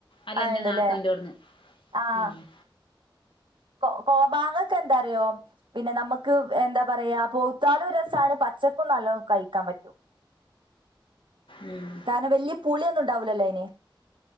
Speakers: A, on the left; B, on the right.
A: അല്ല
B: ആഹ്
A: എൻറെ
B: ഉണ്ടല്ലേ
A: നാത്തൂവിന്റെടന്ന്
B: ആഹ്
A: ഉ
B: കോ കോമാങ്ങക്കെ എന്താറിയോ പിന്നെ നമുക്ക് എന്താ പറയാ പൊത്താളും രസമാണ് പച്ചക്കും നല്ല കഴിക്കാൻ പറ്റും
A: ഉം
B: കാരണം വലിയ പുളിയൊന്നും ഉണ്ടാവലല്ലോ ഇനെ